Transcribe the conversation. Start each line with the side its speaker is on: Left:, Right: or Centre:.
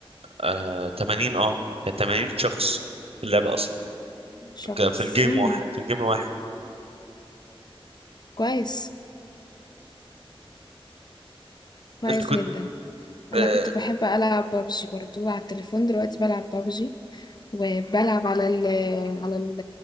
Right: آه 80 اه كان 80 شخص في اللعبه اصلا
Left: شخص
Right: ك- في الجيم
Left: امم
Right: واحد في الجيم واحد
Left: كويس كويس
Right: انت كنت
Left: جدا انا
Right: آه
Left: كنت بحب العب بابجي برضو على التليفون دلوقتي بلعب بابجي وبلعب على ال على ال